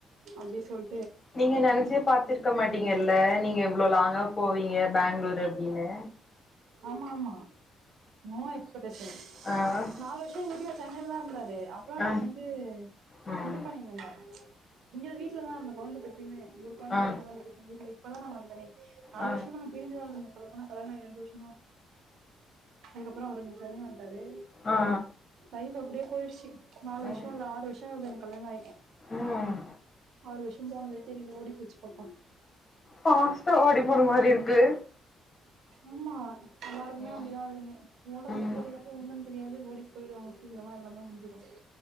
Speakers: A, on the right; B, on the left.
A: அப்படி சொல்
B: நீங்க நினைச்ச பாத்துருக்க மாட்டீங்கல்ல நீங்க எவ்ளோ லாங்கா போவீங்கனு பெங்களூர் அப்படின்னு
A: ஆமா ஆமா நோ எக்ஸ்படேஷன்
B: ஆ
A: நாலு வருஷம் சென்னைல தான் இருந்தாரு அப்பல்லாம்
B: ஆ
A: நான் வந்து
B: ம்
A: இது பண்ணிணுந்தேன் இங்க வீட்டுலதான் கொழந்த பெத்ததுமே ஒரு கொழந்தைக்கு
B: ஆ
A: ரெண்டு கொழந்தைக்கு பெத்துக்க சொல்லி இப்பதா நா வந்தேன் நாலு
B: ஆ
A: வருஷமா நாங்க பிரிஞ்சிதா இருந்தோம் சொல்லப் போனா கல்யாணமாயி இரண்டு வருஷம் ஒ அதுக்கப்புறம் அவரு சென்னை வ பாரு
B: ஆ
A: லைஃப் அப்படியே போயிடுயச்சு ச்சீ நாலு
B: ம்
A: வருஷம் இல்ல ஆறு வருஷம் ஆகுது எனக் கல்யாணாம் ஆயி
B: ம்
A: ஆறு வருஷம் போனதே தெரியல ஓடி போச்சு பாப்பா
B: பாஸ்டா ஓடி போன மாதிரி இருக்கு
A: ஆமா எல்லாருக்குமே
B: ம்
A: அப்படிதான் இருக்குமே ஓடவும்
B: ம்
A: தெரியாது ஒன்னு தெரியாது ஓடி போயிடுவாங்க சீக்கிரமா எல்லாமே முடிஞ்சிரும்